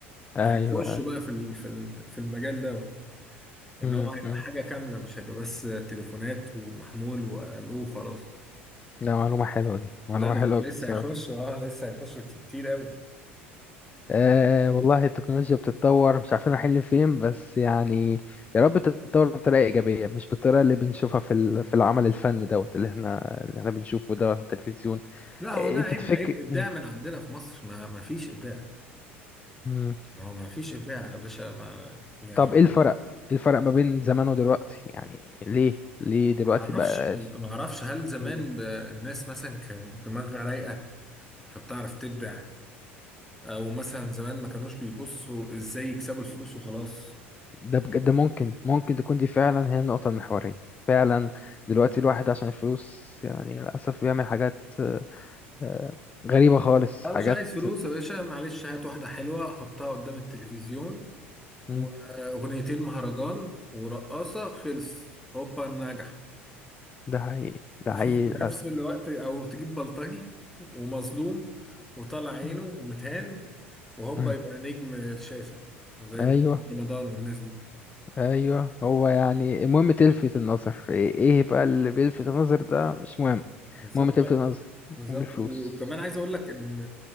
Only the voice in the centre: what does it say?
هيخشوا
بقى في ال- في ال- في المجال ده ان
هو هيبقى
حاجة كاملة مش هيبقى بس تليفونات ومحمول وقالوه خلاص
لا ده
هم لسه
هيخشوا اه لسه هيخشوا في كتير قوي
لا هو
ده
عيب
عيب ابداع
من عندنا في مصر ما ما فيش ابداع
ما هو ما فيش ابداع يا باشا ما يعني
معرفش
معرفش هل زمان
ب- الناس مثلا كان دماغها رايقة فبتعرف تبدع او مثلا زمان ما كانوش بيبصوا ازاي يكسبوا الفلوس وخلاص
اه
مش عايز فلوس يا باشا معلش هات واحدة حلوة حطها قدام التلفزيون
واغنيتين مهرجان ورقاصة خلص هوبا نجح
<laughs>
وفي
نفس الوقت او تجيب بلطجي ومظلوم وطلع عينه
ومتهان وهوبا
يبقى نجم الشاشة زي
محمد رمضان والناس دي
بالظبط
بالظبط
وكمان عايز اقول لك ان